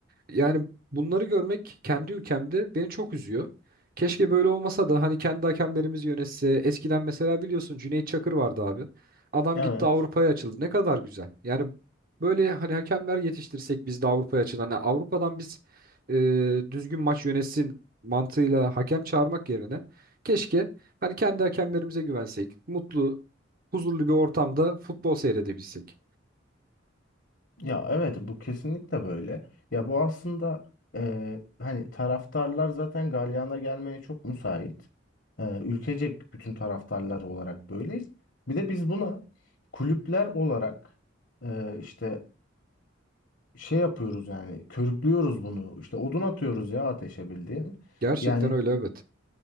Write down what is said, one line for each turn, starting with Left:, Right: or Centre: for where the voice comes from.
Right: Yani bunları görmek kendi ülkemde beni çok üzüyor. Keşke böyle olmasa da hani kendi hakemlerimiz yönetse. Eskiden mesela biliyorsun Cüneyt Çakır vardı abi. Adam
Left: Evet.
Right: gitti Avrupa'ya açıldı. Ne kadar güzel. Yani böyle hani hakemler yetiştirsek biz de Avrupa'ya açılan. hani Avrupa'dan biz e, düzgün maç yönetsin mantığıyla hakem çağırmak yerine keşke hani kendi hakemlerimize güvensek, mutlu, huzurlu bir ortamda futbol seyredebilsek.
Left: Ya evet bu kesinlikle böyle. Ya bu aslında e, hani taraftarlar zaten galyana gelmeye çok müsait. E, ülkecek bütün taraftarlar olarak böyleyiz. Bir de biz buna kulüpler olarak e, işte şey yapıyoruz yani körüklüyoruz bunu. İşte odun atıyoruz ya ateşe bildiğin.
Right: Gerçekten
Left: Yani
Right: öyle evet.